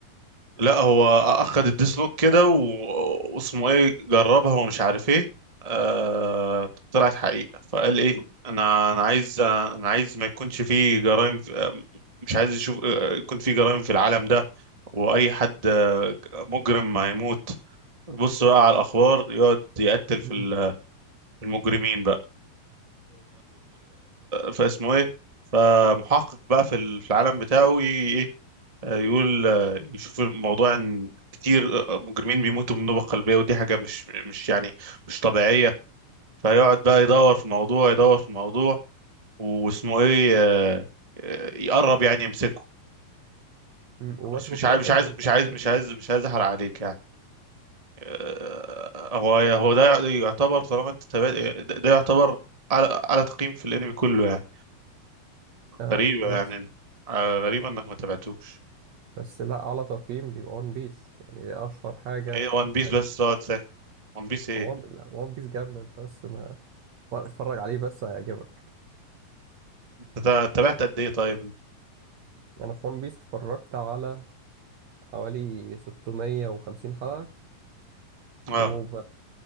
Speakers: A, on the right; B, on the right.
A: لا هو اخد الديس نوت كده و- واسمه ايه جربها ومش عارف ايه آه... طلعت حقيقة فقال ايه انا انا عايز انا عايز ما يكونش فيه جرائم في... آه، مش عايز يشوف آه، يكون فيه جرائم في العالم ده واي حد آه، مجرم هيموت بص بقى على الاخبار يقعد يقتل في
B: مم.
A: ال- في المجرمين بقى فاسمه ايه فمحقق بقى في ال- في العالم بتاعه يجي ايه آه، يقول آه، يشوف الموضوع ان كتير آه، مجرمين بيموتوا من نوبة قلبية ودي حاجة مش مش يعني مش طبيعية فيقعد بقى يدور
B: آه.
A: في الموضوع يدور في الموضوع واسمه ايه آه، آه، يقرب يعني يمسكه
B: مم. ومسكه
A: مش مش
B: في
A: عايز
B: الآخر
A: مش عايز
B: ولا
A: مش
B: تمام.
A: عايز مش عايز مش عايز احرق عليك يعني آه، هو هو ده يعتبر طالما انت تابعت ده ده يعتبر على على تقييم في الانمي كله يعني
B: آه
A: غريبة
B: بس
A: يعني آه، غريبة انك ما تابعتوش
B: بس لا أعلى تقييم بيبقى ون بيس يعني دي أشهر حاجة
A: ايه وان
B: مش
A: بيس
B: عارف
A: بس تقعد ساكت وان بيس ايه؟
B: ون لا ون بيس جامدة أنت بس ما اتفرج عليه بس هيعجبك
A: انت تابعت قد ايه طيب
B: أنا في ون بيس اتفرجت على حوالي 650 حلقة وب...
A: اه